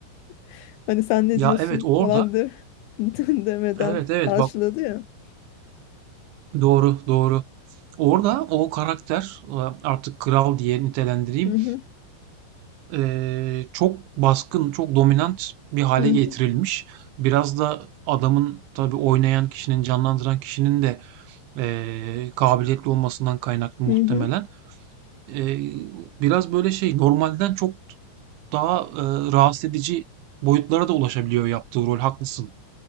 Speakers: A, on the left; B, on the right.
A: <laughs> hani sen ne
B: Ya
A: diyorsun
B: evet orada.
A: falan de <laughs> demeden
B: Evet evet
A: karşıladı
B: bak
A: ya.
B: doğru doğru. Orada o karakter e, artık kral diye nitelendireyim.
A: Hı hı,
B: e, çok baskın, çok dominant bir hale
A: hı
B: getirilmiş.
A: hı,
B: Biraz da adamın tabii oynayan kişinin, canlandıran kişinin de e, kabiliyetli olmasından kaynaklı muhtemelen.
A: hı hı.
B: E, biraz böyle şey normalden çok daha e, rahatsız edici boyutlara da ulaşabiliyor yaptığı rol. Haklısın.